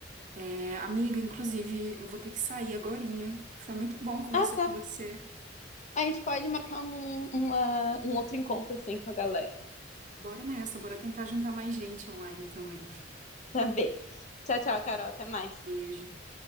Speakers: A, on the right; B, on the left.
A: É, amiga, inclusive, eu vou ter que sair agorinha. Foi muito bom conversar
B: Ah, tá.
A: com você.
B: A gente pode marcar um, uma, um outro encontro, assim, com a galera.
A: Bora nessa, bora tentar juntar mais gente online também.
B: Tá bem. Tchau, tchau, Carol. Até mais.
A: Beijo.